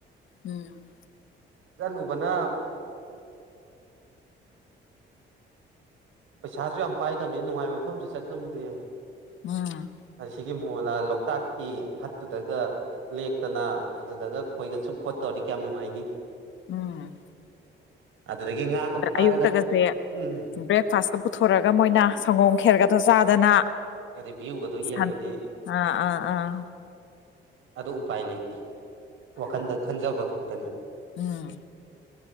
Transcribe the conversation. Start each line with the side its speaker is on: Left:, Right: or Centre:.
Left: ꯎꯝ
Right: ꯆꯠꯂꯨꯕꯅ ꯄꯩꯁꯥꯁꯨ ꯌꯥꯝ ꯄꯥꯏꯗꯕꯅꯤ ꯅꯨꯡꯉꯥꯏꯕ ꯃꯐꯝꯁꯨ ꯆꯠꯉꯝꯗꯦ
Left: ꯎꯝ
Right: ꯑ ꯁꯤꯒꯤ ꯂꯣꯛꯇꯥꯛ ꯀꯤ ꯍꯠꯇꯨꯗꯒ ꯂꯦꯛꯇꯅ ꯑꯗꯨꯗꯒ ꯈꯣꯏꯒ ꯆꯨꯨꯞ ꯈꯣꯠꯇꯧꯔꯗꯤ ꯀꯌꯥꯝ ꯅꯨꯡꯉꯥꯏꯅꯤ
Left: ꯎꯝ
Right: ꯑꯗꯨꯗꯒꯤ ꯉꯥꯒ ꯐꯥꯔꯒ
Left: ꯑꯌꯨꯛꯇꯒꯁꯦ
Right: ꯎꯝ
Left: ꯕ꯭ꯔꯦꯛꯐꯥꯁꯀ ꯊꯣꯔꯒ ꯃꯣꯏꯅ ꯁꯪꯒꯣꯝ ꯈꯦꯔꯒꯗꯣ ꯆꯥꯗꯅ
Right: ꯑꯗꯩ ꯚ꯭ꯌꯨꯒꯗꯣ ꯌꯦꯡꯉꯗꯤ
Left: ꯑꯥ ꯑꯥ ꯑꯥ
Right: ꯑꯗꯣ ꯎꯄꯥꯏ ꯂꯩꯇꯦ ꯋꯥꯈꯟꯗ ꯈꯟꯖꯕ ꯈꯛꯇꯅꯤ
Left: ꯎꯝ